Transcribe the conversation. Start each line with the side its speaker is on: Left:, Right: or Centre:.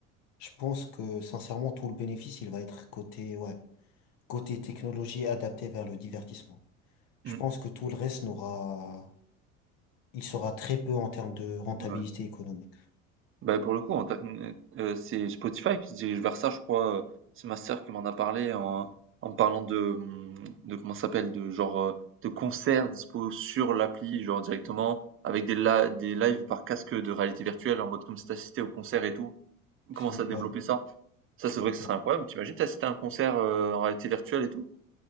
Left: je pense que sincèrement, tout le bénéfice, il va être côté, ouais, côté technologie adaptée vers le divertissement. Je
Right: Hmm.
Left: pense que tout le reste n'aura, il sera très peu en termes de rentabilité
Right: Ouais.
Left: économique.
Right: Bah, pour le coup, en tant que- euh, c'est Spotify qui se dirige vers ça, je crois. euh, C'est ma sœur qui m'en a parlé en, en parlant de, hum, de comment ça s'appelle, de genre euh, de concerts dispo sur l'appli, genre directement, avec des, la- des lives par casque de réalité virtuelle, en mode comme si t'assistais au concert et tout.
Left: C'est,
Right: Commence
Left: ouais,
Right: à développer ça. Ça, c'est vrai que ce
Left: ouais,
Right: serait incroyable. T'imagines t'assister à un concert euh, en réalité virtuelle et tout?